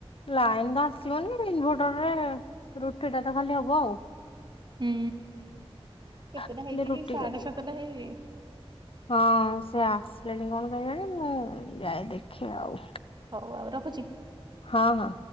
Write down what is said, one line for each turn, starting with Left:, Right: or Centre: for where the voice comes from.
Left: ଲାଇନ ତ ଆସିବନି ଇନ୍ଭଟର ରେ ରୁଟି ଟା ତ ଖାଲି ହବ ଆଉ।
Right: ହୁଁ କେତେଟା
Left: ଖାଲି
Right: ହେଇଛି
Left: ରୁଟି
Right: କି ସାଢେ
Left: କରିଦେବି।
Right: ସାତଟା ହେଇଛି।
Left: ହଁ ସେ ଆସିଲେଣି କଣ କେଜାଣି ମୁଁ ଯାଏ ଦେଖେ ଆଉ।
Right: ହଉ ଆଉ ରଖୁଛି।
Left: ହଁ ହଁ।